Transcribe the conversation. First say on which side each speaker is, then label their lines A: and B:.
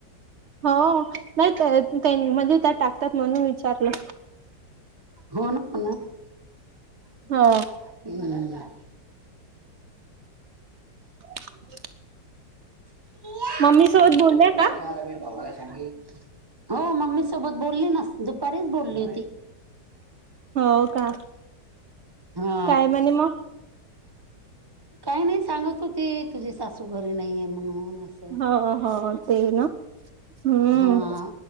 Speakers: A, on the right (about 75°); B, on the right (about 15°).
A: हो नाही म्हणजे त्या टाकतात म्हणून विचारलं
B: हो ना हो ना हम्म
A: हो ह
B: पिया
A: मम्मी सोबत
B: मग
A: बोलल्या
B: तू म्हणायचं
A: का
B: नाही ना मी बाबाला सांगली हो मम्मी सोबत बोलली न दुपारीच बोलली होती
A: हो का
B: हा
A: काय म्हणे मग
B: काही नाही सांगत होती तुझी सासू घरी नाहीये म्हणून असं
A: हो हो तेई ना हम्म
B: हा